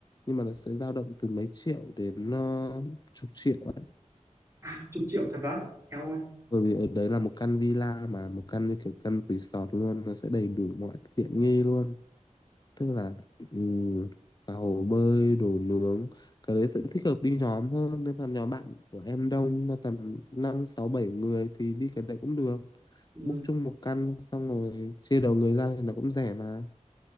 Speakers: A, on the left; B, on the right.
A: nhưng mà nó sẽ dao động từ mấy triệu đến ờ, chục triệu ấy
B: à chục triệu thật á em ơi
A: bởi vì ở đấy là một căn villa mà một căn như kiểu căn resort luôn nó sẽ đầy đủ mọi tiện nghi luôn tức là ừ, cả hồ bơi đồ nướng cái đấy sẽ thích hợp đi nhóm hơn nếu mà nhóm bạn của em đông là tầm năm sáu bảy người thì đi cái đấy cũng được
B: ừ,
A: book chung một căn xong rồi chia đầu người ra thì nó cũng rẻ mà